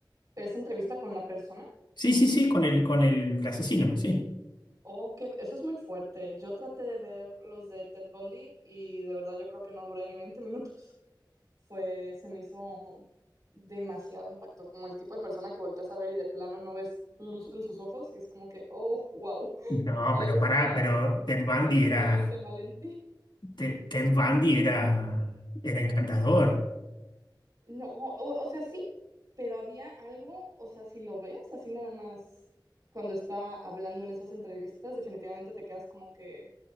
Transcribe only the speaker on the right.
esa entrevista con la persona?
Oh, que eso es muy fuerte. Yo traté de ver los de Ted Bundy y de verdad yo creo que no duré ni 20 minutos. fue, se me hizo demasiado impacto, como el tipo de persona que volteas a ver y de plano no ves luz en sus ojos y es como que, oh, wow,
algo
está
definitivamente
mal en ti.
No, o, o sea, sí, pero había algo, o sea, si lo ves así nada más cuando está hablando en esas entrevistas, definitivamente te quedas como que,